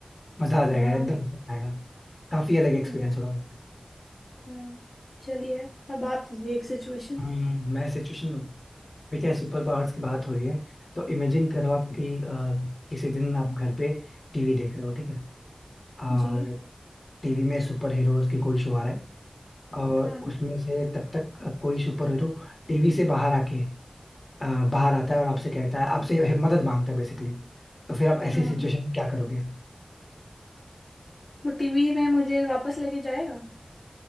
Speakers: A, on the left; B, on the left.
A: मजा आ जाएगा
B: हाँ
A: एकदम मजा आएगा काफी अलग एक्सपीरियंस
B: या
A: होगा
B: हाँ चलिए अब आप दीजिए एक सिचुएशन
A: हम्म, मैं सिचुएशन में हूँ देखिए सुपर पावर्स की बात हो रही है तो इमेजिन करो आप कि अ, किसी दिन आप घर पे टीवी देख रहे हो ठीक है और
B: जी
A: टीवी में सुपर हीरोज की कोई शो आ रहा है और
B: हाँ
A: उसमें से तब तक कोई सुपर हीरो टीवी से बाहर आके अ, बाहर आता है और आपसे कहता है आपसे मदद मांगता है बेसिकली तो फिर आप ऐसी
B: हाँ
A: सिचुएशन
B: हाँ।
A: में क्या करोगे
B: वो टीवी में मुझे वापस लेके जाएगा